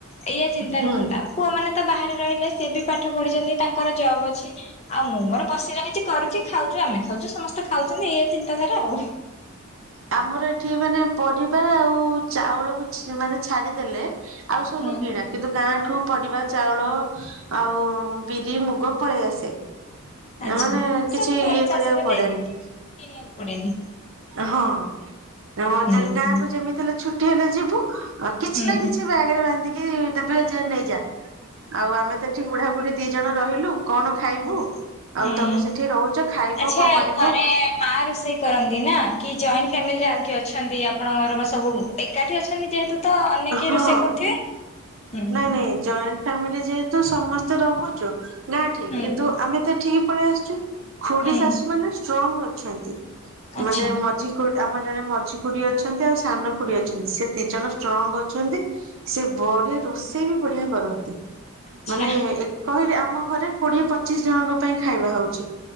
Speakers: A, on the left (about 30°); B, on the right (about 60°).
A: ଏଇଆ ଚିନ୍ତା
B: ହୁଁ
A: ରୁହନ୍ତା। ପୁଅ ମାନେ ତ ବାହାରେ ରହିଲେ। ସିଏ ବି ପାଠ ପଢିଛନ୍ତି ତାଙ୍କର ଜବ୍ ଅଛି। ଆଉ ମୁଁ ମୋର ବସି ରହିଚି। କରୁଚି ଖାଉଚୁ। ଆମେ ଖାଉଚୁ ସମସ୍ତେ ଖାଉଚନ୍ତି। ଏଇଆ ଚିନ୍ତାଧାରା ଆଉ।
B: ଆମର ଏଠି, ମାନେ ପରିବା ଆଉ ଚାଉଳକୁ ମାନେ ଛାଡିଦେଲେ ଆଉ ସବୁ
A: ହୁଁ
B: କିଣା, କିନ୍ତୁ ଗାଁଠୁ ପରରିବା, ଚାଉଳ ଆଉ ବିରି, ମୁଗ, ପଳେଇ ଆସେ।
A: ଆଚ୍ଛା
B: ଏମାନେ
A: ହଁ ସେ
B: କିଛି
A: ଆମ ଘରେ
B: ଇଏ
A: ଶାଶୁ
B: କରିବାକୁ
A: ଘରେ
B: ପଡେନି।
A: ଦେଇଦିଅନ୍ତି କିଣିବାକୁ ପଡେନି।
B: ହଁ
A: ହୁଁ ହୁଁ
B: ଗାଁକୁ ଯେମିତି ହେଲେ ଛୁଟି ହେଲେ ଯିବ। କିଛି
A: ହଁ
B: ନା କିଛି ବ୍ୟାଗ ରେ ବାନ୍ଧିକି ଦେବେ ଯେ ନେଇଯା। ଆଉ ଆମେ ତେ ଏଠି ବୁଢ଼ାବୁଢ଼ୀ। ଦି ଜଣ ରହିଲୁ କଣ ଖାଇବୁ
A: ହଁ
B: ଆଉ?
A: ହୁଁ
B: ତମେ ସେଠି ରହୁଚ ଖାଇବ
A: ଆଚ୍ଛା
B: କଁ କରିବ?
A: ଘରେ ମା ରୋଷେଇ କରନ୍ତି ନା କି ଜଏଣ୍ଟ ଫ୍ୟାମିଲିରେ? ଆଉ କି ଅଛନ୍ତି ଆପଣଙ୍କରପା? ସବୁ ଏକାଠି ଅଛନ୍ତି ଯେହେତୁ। ତ ଅନ୍ୟ କେହି
B: ହଁ
A: ରୋଷେଇ କରୁଥିବେ ହୁଁ।
B: ନାଇଁ ନାଇଁ ଜଏଣ୍ଟ ଫ୍ୟାମିଲି ଯେହେତୁ ସମସ୍ତେ ରହୁଚୁ ଗାଁଠି।
A: ହୁଁ
B: କିନ୍ତୁ ଆମେ ତ ଠିକ୍ ପଳେଇ ଆସୁଛି। ଖୁଡି
A: ହୁଁ
B: ଶାଶୁ ମାନେ ଷ୍ଟ୍ରଙ୍ଗ ଅଛନ୍ତି
A: ଆଚ୍ଛା
B: ମାନେ ମଝି ଖୁଡ୍ ଆମର ଜଣେ ମଝି ଖୁଡି ଅଛନ୍ତି ଆଉ ସାନ ଖୁଡି ଅଛନ୍ତି। ସେ ଦି ଜଣ ଷ୍ଟ୍ରଙ୍ଗ ଅଛନ୍ତି। ସେ ବଢିଆ ରୋଷେଇ ବି ବଢିଆ କରନ୍ତି
A: ଆଚ୍ଛା
B: ମାନେ ଏମ୍ କହିବେ ଆମ ଘରେ କୋଡିଏ, ପଚିଶ ଜଣଙ୍କ ପାଇଁ ଖାଇବା ହଉଛି